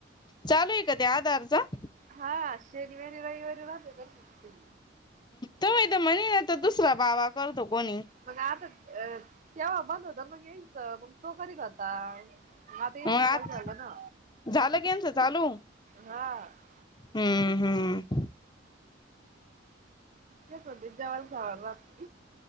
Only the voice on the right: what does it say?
हा शनिवारी रविवारी राहत.
मग आता अ तेव्हा बंद होत म यायच मग तो करी आता. आता
चिकल झालं ना
हा <unintelligible>
चध जावाला <unintelligible> सव